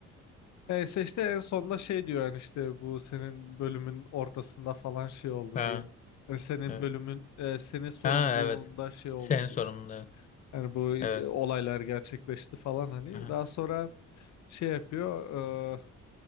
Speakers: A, on the left; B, on the left.
A: Neyse işte en sonunda şey diyor yani işte bu senin bölümün ortasında falan şey oldu
B: Ha,
A: diye. Yani senin
B: evet.
A: bölümün e, senin sorumluluğunda
B: Ha evet.
A: şey oldu
B: Senin sorunun
A: diye. Yani bu e,
B: evet.
A: olaylar gerçekleşti falan hani.
B: Evet. Aha,
A: Daha sonra şey yapıyor e,